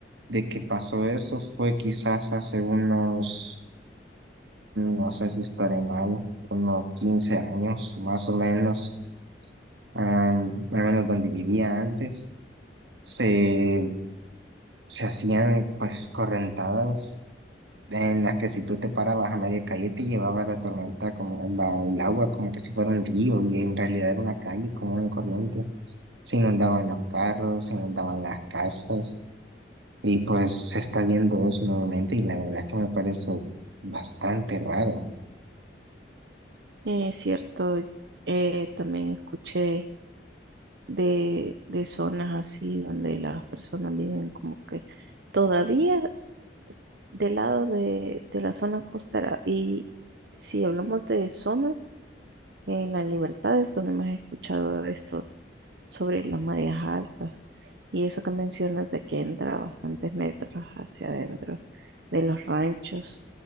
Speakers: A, on the right; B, on the right.
A: de que pasó eso fue quizás hace unos, no sé si estaré mal, unos 15 años más o menos, am, al menos donde vivía antes, se, se hacían pues correntadas en las que si tú te parabas a media calle te llevaba la tormenta como la- el agua como que si fuera un río y en realidad era una calle como una corriente. Se inundaban los carros, se inundaban las casas y pues se está viendo eso nuevamente y la verdad es que me parece bastante raro.
B: Eh, Es cierto, eh, también escuché de, de zonas así donde las personas viven como que todavía s- del lado de, de la zona costera. Y si hablamos de zonas, En la libertad es donde más he escuchado esto sobre las mareas altas y eso que mencionas de que entra bastantes metros hacia adentro de los ranchos,